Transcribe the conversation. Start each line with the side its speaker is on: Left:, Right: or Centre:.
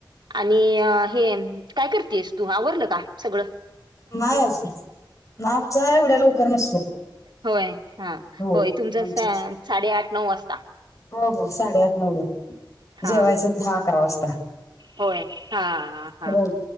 Right: आणि हे काय करतेयस तू आवरल का? सगळ.
Left: नाय अजून आमचा एवढ्या लवकर नसतो.
Right: होय हा
Left: हो
Right: होय तुमचा
Left: आमचा
Right: साडेआठ नऊ वाजता.
Left: हो हो साडेआठ, नऊला.
Right: हा,
Left: जेवायचं दहा अकरा वाजता
Right: होय! हा, हा.
Left: हो